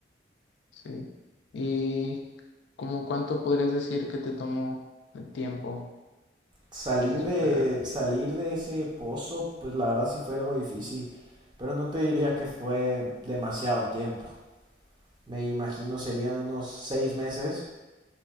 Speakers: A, on the left (about 80°); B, on the right (about 25°).
A: Sí. ¿Y como cuánto podrías decir que te tomó el tiempo
B: salir
A: en superar?
B: de, salir de ese pozo, pues la verdad sí fue algo difícil, pero no te diría que fue demasiado tiempo. Me imagino serían unos seis meses,